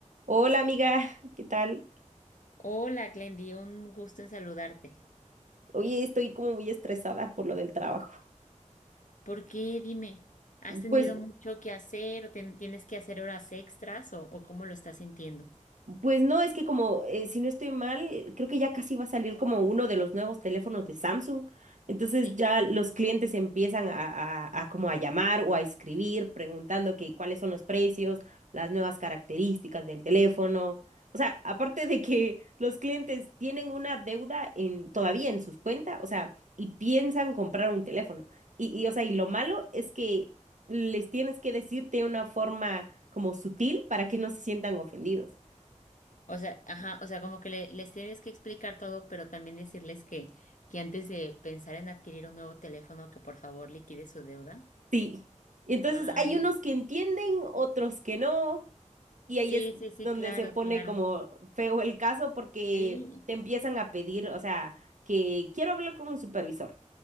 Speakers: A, on the right; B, on the left.
A: Hola amiga, ¿qué tal?
B: Hola, Glendy, un gusto en saludarte.
A: Oye, estoy como muy estresada por lo del trabajo.
B: ¿Por qué? Dime, ¿has tenido
A: Pues
B: mucho que hacer o ten- tienes que hacer horas extras o, o cómo lo estás sintiendo?
A: Pues no, es que como, eh, si no estoy mal, creo que ya casi va a salir como uno de los nuevos teléfonos de Samsung. Entonces
B: Sí.
A: ya los clientes empiezan a, a, a como a llamar o a escribir preguntando que cuáles son los precios, las nuevas características del teléfono. O sea, aparte de que los clientes tienen una deuda en, todavía en sus cuentas, o sea, y piensan comprar un teléfono. Y, y, o sea, y lo malo es que les tienes que decir de una forma como sutil para que no se sientan ofendidos.
B: O sea, ajá, o sea, como que le- les tienes que explicar todo, pero también decirles que, que antes de pensar en adquirir un nuevo teléfono, que por favor liquide su deuda.
A: Sí. Y entonces
B: Ah,
A: hay unos que entienden, otros que no, y ahí
B: sí,
A: es
B: sí, sí,
A: donde
B: claro,
A: se pone
B: claro.
A: como feo el caso porque
B: Sí,
A: te empiezan a pedir, o sea, que quiero hablar con un supervisor.